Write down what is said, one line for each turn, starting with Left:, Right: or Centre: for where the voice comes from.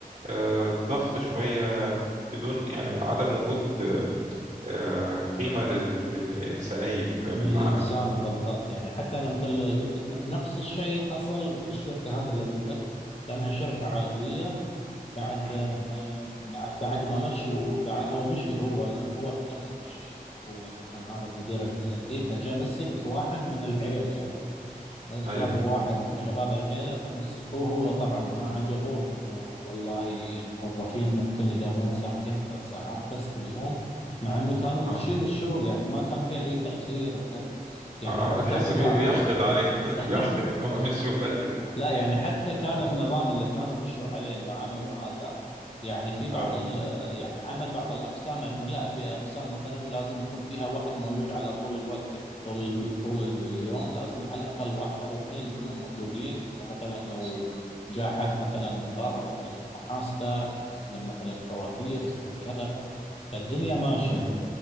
Right: آه، ضغط شويه بدون يعني عدم وجود آه، قيمه لل- للانسانيه في
Left: للإنسان
Right: العمل
Left: بالضبط يعني حتى أنا مثل قلت نفس الشيء حصل في الشركة هذا اللي أقول لك لأنها شركة عائلية بعد
Right: مم.
Left: بعد بعد ما مشوا بع- او مشي هو هو من نفسه مشي هو كان هذا المدير الانديه فجاء مسك واحد من العيله يعني جابوا
Right: ايوه
Left: واحد من شباب العيله فمسكوه هو طبعا ما عجبه انه والله الموظفين ممكن يداومون ساعتين ثلاث ساعات بس في اليوم مع انه كانوا
Right: اه
Left: ماشيين الشغل يعني ما كان في اي تاخير وكذا يعني
Right: آه،
Left: حتى
Right: آه، بتحس
Left: في بعض
Right: بي- بيحقد عليه <laughs>
Left: <laughs>
Right: بيحقد ان هو مشي بدري
Left: لا يعني حتى كان
Right: اه
Left: النظام اللي كانوا مشوا عليه اللي عملوا هذا يعني في بعض
Right: آه.
Left: ال يعني عمل بعض الأقسام أنه لا في أقسام مثلا لازم يكون فيها واحد موجود على طول الوقت يعني طول ال- طول ال- اليوم لازم على الأقل واحد أو اثنين يكونوا موجودين أنه مثلا لو
Right: ص-
Left: جاء حد مثلا من برا مثلا المحاسبة أنه يستلم مثلا فواتير يستلم كذا ف- فالدنيا ماشية
Right: مم.